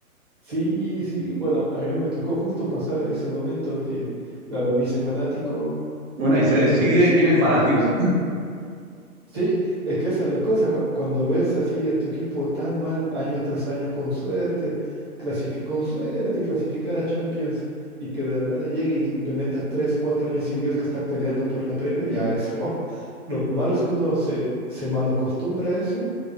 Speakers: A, on the right; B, on the right.
A: Sí, sí, bueno, a mí me tocó justo pasar ese momento que, claro, me hice fanático,
B: Bueno, ahí
A: ahí
B: se decide
A: el 2005,
B: quién es fanático.
A: 2006.
B: <laughs>
A: Sí, es que esa es la cosa, cua- cuando ves así a tu equipo tan mal año tras año con suerte, clasifi- con suerte clasificar a Champions y que de la nada llegue y tú le meta tres, cuatro años seguidos que está peleando por la Premier, ya es, wow. Lo malo es que uno se, se malacostumbra a eso